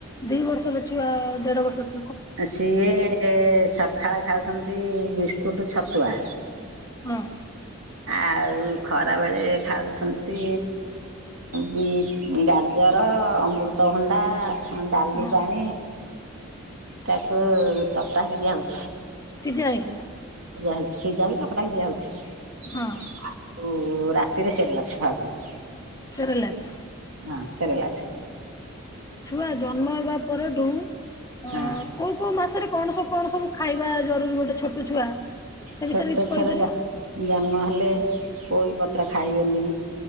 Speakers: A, on the left (about 15°); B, on the right (about 85°).
A: ଦି ବର୍ଷର ଛୁଆ ଦେଢ ବର୍ସ
B: ସିଏ ସକାଳ ଖାଉଛନ୍ତି ବି କୁଟୁ ଛାତୁଆ।
A: ହଁ
B: ଆଉ ଖରା ବେଳେ ଖାଉଛନ୍ତି ବି ଗାଜର ଅମୃତଭଣ୍ଡା ଡାଲି
A: ହଁ
B: ପାଣି ତାକୁ ଚକଟାକି ଦିଆ ହଉଛି।
A: ସିଜା ହେଉକି
B: ଯା ହେଇ ସିଯାଇକି ଚକଟା ହେକି ଦିଆ ହଉଛି।
A: ହଁ।
B: ଆଉ ରାତିରେ ସରେଲକସ୍ ଖାଉଛନ୍ତି।
A: ସେରିଲାକ୍ସ
B: ହଁ ସେରିଲକ୍ସ।
A: ଛୁଆ ଜନ୍ମ ହେବା ପରଠୁ ଅ
B: ହଁ
A: କୋଉ କୋଉ ମାସରେ କଣ ସବୁ କଣ ସବୁ ଖାଇବା ଜରୁରୀ ଗୋଟେ ଛୋଟ ଛୁଆ ସେ
B: ଛୋଟ
A: ବିଷୟରେ କିଛି କହିପାରିବ?
B: ଛୁଆର ଜନ୍ମ ହେଲେ ପୋଇ ପତ୍ର ଖାଇବେନି।